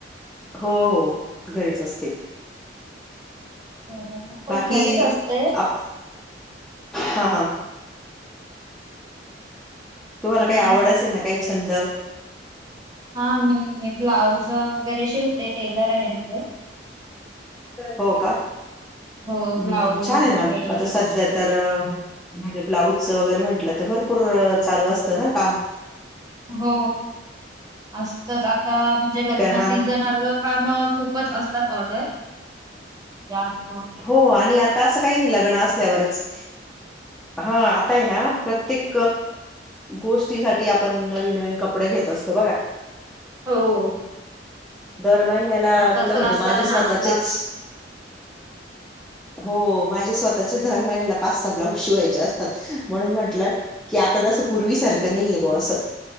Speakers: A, in the centre; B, on the right (about 20°).
A: हो हो घरीच असते.
B: बरं मी पण
A: बाकी
B: घरीच असते
A: आप हा हा, तुम्हाला
B: आणि
A: काही आवड असेल ना काही छंद?
B: हा मी ब्लाऊज वगैरे शिवते टेलर आहे म्हणजे!
A: हो का
B: हो
A: छान
B: ब्लाऊज
A: आहे ना
B: ड्रेस
A: आता सध्या, तर म्हणजे ब्लाऊजच वगैरे म्हटलं तर भरपूर चालू असतं ना काम.
B: हो असतच आता म्हणजे लग्न
A: कारण
B: सीझन आलं. काम खूपच असतात ऑर्डर! ज्या म,
A: हो आणि आता असं काही नाही लग्न असल्यावरच!
B: त्यात.
A: हा आता आहे ना प्रत्येक, गोष्टींसाठी आपण नवीनवीन कपडे घेत असतो बघा,
B: हो
A: दर महिन्याला
B: आता
A: मी तर
B: सगळा
A: म्हणते
B: सण
A: माझे स्वतःचेच!
B: असला की
A: हो माझ्या स्वतःच्या दर महिन्याला पाच सहा ब्लाउज शिवायचे असतात म्हणून म्हटलं. की आता तसं पूर्वीसारखं नाही आहे बुआ असं.